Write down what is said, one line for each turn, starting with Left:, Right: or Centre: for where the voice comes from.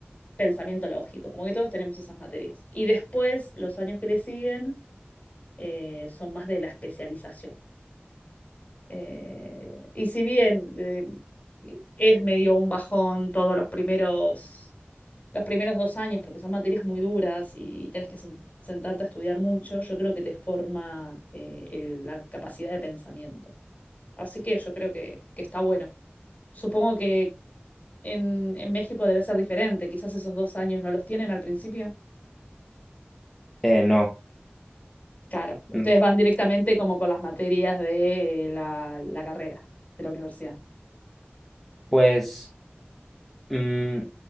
Left: pensamiento lógico, como que todos tenemos esas materias. Y después, los años que le siguen eh, son más de la especialización. Eh, y si bien eh, es medio un bajón todos los primeros, los primeros dos años, porque son materias muy duras y tienes que sentarte a estudiar mucho, yo creo que te forma eh, el- la capacidad de pensamiento. Así que yo creo que, que está bueno. Supongo que en, en México debe ser diferente. Quizás esos dos años no los tienen al principio.
Centre: Eh, no.
Left: Claro, ustedes
Centre: Mm,
Left: van directamente como con las materias de eh, la, la carrera de la universidad.
Centre: Pues, mm,